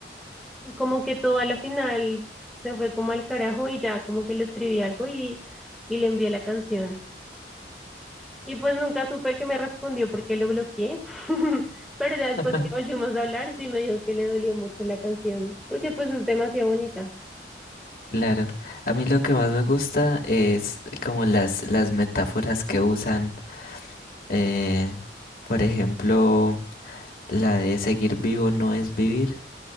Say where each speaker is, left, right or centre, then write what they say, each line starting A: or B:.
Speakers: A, in the centre; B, on the left.
A: y como que todo a la final se fue como al carajo y ya como que le escribí algo y, y le envié la canción. Y pues nunca supe que me respondió porque lo bloqueé. <laughs> Pero ya después
B: <laughs>
A: que volvimos a hablar, sí me dijo que le dolió mucho la canción, porque pues es demasiado bonita.
B: Claro, a mí lo que más me gusta es como las, las metáforas que usan, eh, por ejemplo, la de seguir vivo no es vivir.